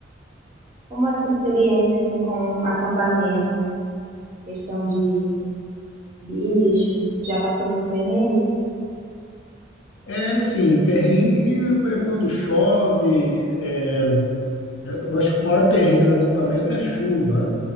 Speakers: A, on the right (about 30°); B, on the left (about 80°).
A: Como é a sua experiência assim com acampamento, questão de bichos, você já passou muito perrengue?
B: É, assim, perrengue é quando chove, é, eu acho que o maior perrengue no acampamento é chuva, né?